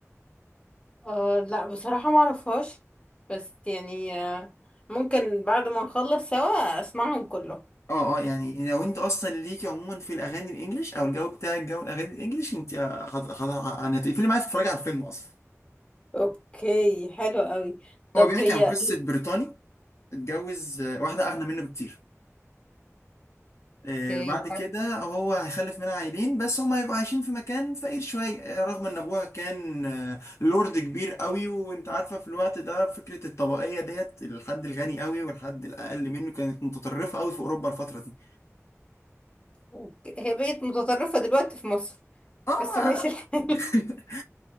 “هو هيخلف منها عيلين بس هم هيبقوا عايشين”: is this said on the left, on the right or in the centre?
Left